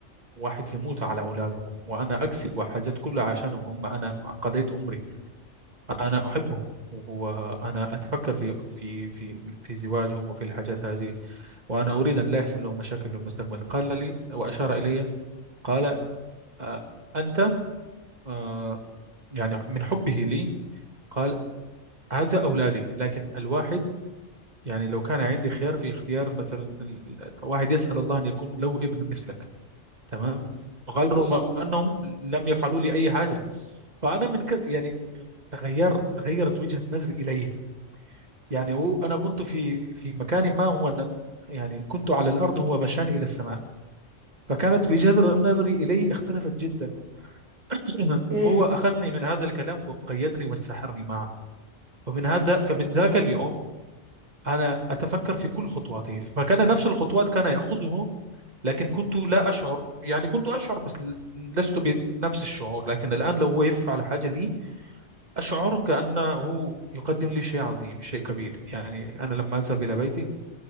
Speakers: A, on the right; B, on the right.
A: واحد يموت على أولادهم وأنا أكسب حاجات كلها عشانهم هم أنا قضيت عمري أنا أحبهم وأنا أتفكر في في في في زواجهم وفي الحاجات هذه وأنا أريد أن لا يحصل لهم مشاكل في المستقبل قال لي وأشار إلي قال آه، أنت آه، يعني من حبه لي قال هذا أولادي لكن الواحد يعني لو كان عندي خيار في اختيار مثلا ال- واحد يسأل الله أن يكون له ابن مثلك تمام فقال
B: ما
A: رغم
B: شاء الله
A: انهم لم يفعلوا لي اي حاجه فانا من كده يعني تغيرت تغيرت وجهه نظري اليه يعني هو انا كنت في في مكان ما هو أنا يعني كنت على الارض هو مشاني الى السماء فكانت وجهه نظري اليه اختلفت جدا <clears throat>
B: امم
A: هو اخذني من هذا الكلام وقيدني وسحرني معه ومن هذا فمن ذاك اليوم انا اتفكر في كل خطواته فكان نفس الخطوات كان ياخذه لكن كنت لا أشعر يعني كنت أشعر بس ل- لست بنفس الشعور لكن الآن لو هو يفعل حاجة لي أشعر كأنه يقدم لي شيء عظيم شيء كبير يعني أنا لما أذهب إلى بيتي